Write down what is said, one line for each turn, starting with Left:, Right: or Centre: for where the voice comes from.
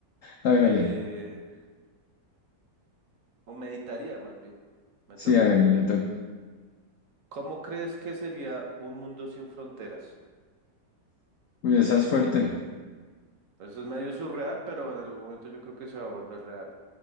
Left: hágale.
Right: Eh, o meditaría más bien, me
Left: Sí,
Right: toca.
Left: hágale, le toca.
Right: ¿Cómo crees que sería un mundo sin fronteras?
Left: Uy, esa es fuerte.
Right: Eso es medio surreal, pero en algún momento yo creo que se va a volver real.